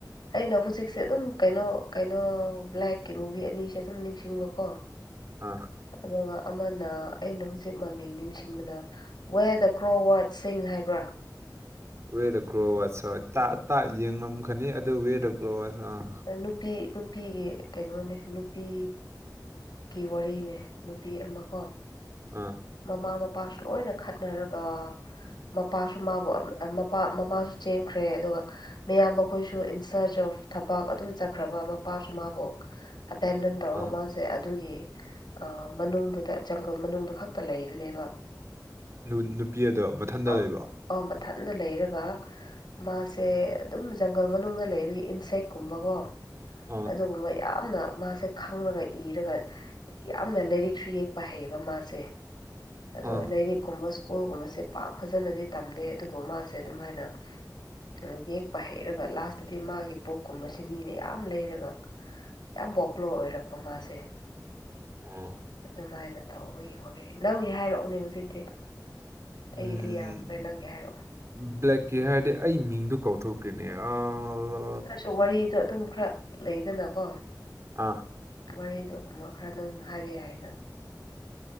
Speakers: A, on the left; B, on the right.
A: ꯑꯩꯅ ꯍꯨꯖꯤꯛꯁꯦ ꯑꯗꯨꯝ ꯀꯩꯅꯣ ꯀꯩꯅꯣ ꯕ꯭ꯂꯦꯛꯀꯤ ꯃꯨꯚꯤ ꯑꯅꯤꯁꯦ ꯑꯗꯨꯝ ꯅꯤꯡꯁꯤꯡꯕꯀꯣ꯫
B: ꯑ꯫
A: ꯑꯗꯨꯒ ꯑꯃꯅ ꯑꯩꯅ ꯍꯨꯖꯤꯛ ꯃꯃꯤꯡ ꯅꯤꯡꯁꯤꯡꯕꯅ ꯋꯦ ꯗ ꯀ꯭ꯔꯣ ꯋꯥꯠꯁꯤꯡ ꯍꯥꯏꯕ꯭ꯔꯥ꯫
B: ꯋꯦ ꯗ ꯀ꯭ꯔꯣ ꯋꯥꯠꯁ ꯍꯣꯏ ꯇꯥ ꯇꯥ ꯌꯦꯡꯉꯝꯈꯅꯤ ꯑꯗꯨ ꯋꯦ ꯗ ꯀ꯭ꯔꯣ ꯋꯥꯠꯁ ꯑꯥ꯫
A: ꯑ ꯅꯨꯄꯤ ꯅꯨꯄꯤꯒꯤ ꯀꯩꯅꯣꯅꯦ ꯅꯨꯄꯤ ꯒꯤ ꯋꯥꯔꯤꯅꯦ ꯅꯨꯄꯤ ꯑꯃꯀꯣ꯫
B: ꯑꯥ꯫
A: ꯃꯃꯥ ꯃꯄꯥꯁꯨ ꯂꯣꯏꯅ ꯈꯠꯅꯔꯒ ꯃꯄꯥꯁꯨ ꯃꯥꯕꯨ ꯑꯝ ꯑ ꯃꯄꯥ ꯃꯃꯥꯁꯨ ꯆꯦꯟꯈ꯭ꯔꯦ ꯑꯗꯨꯒ ꯃꯌꯥꯝꯕ ꯈꯣꯏꯁꯨ ꯏꯟ ꯁ꯭ꯔꯆ ꯑꯣꯐ ꯊꯕꯛ ꯑꯗꯨꯝ ꯆꯠꯈ꯭ꯔꯕ ꯃꯄꯥꯁꯨ ꯃꯥꯕꯨ ꯑꯦꯕꯦꯟꯗꯟ ꯇꯧꯔꯒ
B: ꯑꯥ
A: ꯃꯥꯁꯦ ꯑꯗꯨꯒꯤ ꯑ ꯃꯅꯨꯡꯗꯨꯗ ꯖꯪꯒꯜ ꯃꯅꯨꯡꯗꯨ ꯈꯛꯇ ꯂꯩꯕꯅꯦꯕ꯫
B: ꯅꯨ ꯅꯨꯄꯤ ꯑꯗꯣ ꯃꯊꯟꯗ
A: ꯑꯝ
B: ꯂꯩꯕ꯫
A: ꯑꯧ ꯃꯊꯟꯗ ꯂꯩꯔꯒ ꯃꯥꯁꯦ ꯑꯗꯨꯝ ꯖꯪꯒꯜ ꯃꯅꯨꯡꯗ ꯂꯩꯕꯒꯤ ꯏꯟꯁꯦꯛꯀꯨꯝꯕꯀꯣ꯫
B: ꯑꯥ
A: ꯑꯗꯨꯒꯨꯝꯕ ꯌꯥꯝꯅ ꯃꯥꯁꯦ ꯈꯪꯂꯒ ꯏꯔꯒ ꯌꯥꯝꯅ ꯂꯥꯏꯔꯤꯛꯁꯨ ꯌꯦꯛꯄ ꯍꯩꯕ ꯃꯥꯁꯦ꯫ ꯑꯗꯣ
B: ꯑꯥ
A: ꯂꯥꯏꯔꯤꯛꯀꯨꯝꯕ ꯁ꯭ꯀꯨꯜꯒꯨꯝꯕꯁꯦ ꯄꯥꯛ ꯐꯖꯅꯗꯤ ꯇꯝꯗꯦ ꯑꯗꯨꯕꯨ ꯃꯥꯁꯦ ꯑꯗꯨꯝꯥꯏꯅ ꯑ ꯌꯦꯛꯄ ꯍꯩꯔꯒ ꯂꯥꯁꯇꯗꯤ ꯃꯥꯒꯤ ꯕꯨꯛꯀꯨꯝꯕꯁꯦ ꯃꯤꯅ ꯌꯥꯝ ꯂꯩꯔꯒ ꯌꯥꯝ ꯄꯣꯄꯨꯂꯔ ꯑꯣꯏꯔꯛꯄ ꯃꯥꯁꯦ꯫
B: ꯑꯥ
A: ꯑꯗꯨꯃꯥꯏꯅ ꯇꯧꯕꯒꯤ ꯋꯥꯔꯤ ꯅꯪꯒꯤ ꯍꯥꯏꯔꯛꯑꯣꯅꯦ ꯍꯨꯖꯤꯛꯇꯤ꯫
B: ꯎꯝ
A: ꯑꯩꯒꯤꯗꯤ ꯌꯥꯝꯈ꯭ꯔꯦ ꯅꯪꯒꯤ ꯍꯥꯏꯔꯛꯑꯣ꯫
B: ꯕ꯭ꯂꯦꯛꯀꯤ ꯍꯥꯏꯔꯗꯤ ꯑꯩ ꯃꯤꯡꯗꯨ ꯀꯥꯎꯊꯣꯛꯈ꯭ꯔꯦꯅꯦ ꯑꯥ꯫
A: ꯇꯥꯔꯁꯨ ꯋꯥꯔꯤꯗꯣ ꯑꯗꯨꯝ ꯈꯔ ꯂꯩꯗꯅꯀꯣ꯫
B: ꯑꯥ꯫
A: ꯋꯥꯔꯤꯗꯨꯒꯨꯝꯕ ꯈꯔ ꯅꯪꯅ ꯍꯥꯏꯕ ꯌꯥꯏꯅ꯫